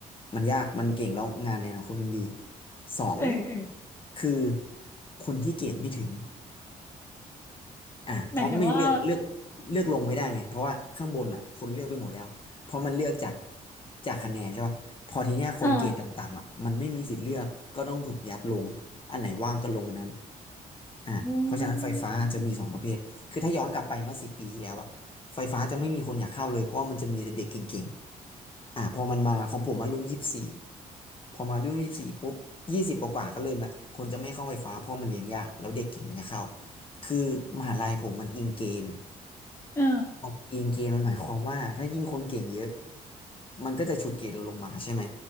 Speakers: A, on the left; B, on the left.
A: มันยากมันเก่งแล้วงานในอนาคตมันดีสอง
B: เออเออ
A: คือคนที่เกรดไม่ถึง อ่าเพราะไม่เลือกเลือก
B: หมายถึงว่า
A: เลือกลงไม่ได้ไงเพราะว่าข้างบนอ่ะคนเลือกไปหมดแล้วเพราะมันเลือกจากจากคะแนนใช่ป่ะพอทีเนี้ยคนเกรดต่ำๆอ่ะมันไม่มีสิทธิ์เลือกก็ต้องถูกยัดลงอันไหนว่างก็ลงอันนั้น
B: เออ
A: อ่าเพราะฉะนั้นไฟฟ้าจะมีสองประเภทคือถ้าย้อนกลับไปเมื่อสิบปีที่แล้วอ่ะไฟฟ้าจะไม่มีคนอยากเข้าเลยเพราะว่ามันจะมีแต่เด็กเก่ง
B: อืม
A: อ่าพอมันมาของผมมันรุ่นยี่สิบสี่พอมารุ่นยี่สิบสี่ปุ๊บยี่สิบกว่าๆก็เริ่มละคนจะไม่เข้าไฟฟ้าเพราะมันเรียนยากแล้วเด็กเก่งมันจะเข้าคือมหาลัยผมมันอิงเกณฑ์
B: เออ
A: พออิงเกณฑ์มันหมายความว่าถ้ายิ่งคนเก่งเยอะมันก็จะฉุดเกรดเราลงมาใช่ไหม